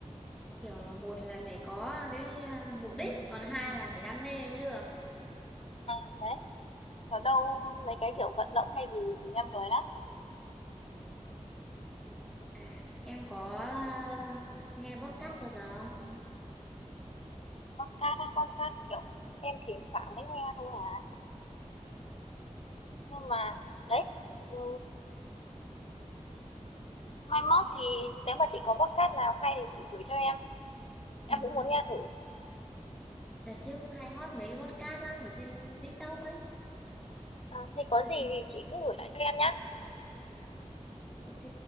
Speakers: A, in the centre; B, on the left.
A: Kiểu là một là phải có cái à, mục đích, còn hai là phải đam mê mới được.
B: Ờ, đấy còn đâu mấy cái kiểu vận động hay gì thì em lười lắm
A: À, em có à, nghe podcast bao giờ không?
B: podcast á podcast kiểu em thỉnh thoảng mới nghe thôi à nhưng mà đấy ừ, mai mốt thì nếu mà chị có podcast nào hay thì chị gửi cho em em
A: Ừ.
B: cũng muốn nghe thử
A: Đợt trước cũng hay hot mấy cái podcast lắm ở trên TikTok ấy.
B: Ờ, thế có
A: Ừ.
B: gì thì chị cứ gửi lại cho em nhá
A: Ok,